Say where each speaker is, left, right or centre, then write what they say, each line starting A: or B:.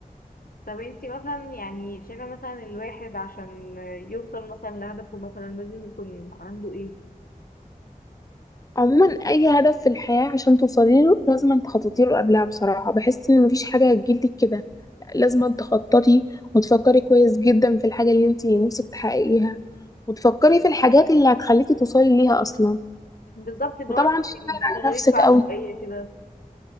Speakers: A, on the left; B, on the left.
A: طب انتي مثلا يعني شايفة مثلا الواحد عشان يوصل مثلا لهدفه مثلا لازم يكون عنده ايه
B: عموما اي هدف في الحياه عشان توصلي له لازم تخططي له قبلها بصراحه بحس ان مفيش حاجه هتجيلك كده لا لازم تخططي وتفكري كويس جدا في الحاجه اللي انت نفسك تحققيها وتفكري في الحاجات اللي هتخليكي توصلي ليها اصلا
A: بالظبط ان
B: وطبعا
A: هو انتي
B: تشتغلي
A: متشتغليش
B: على نفسك
A: بعشوائية
B: قوي
A: كده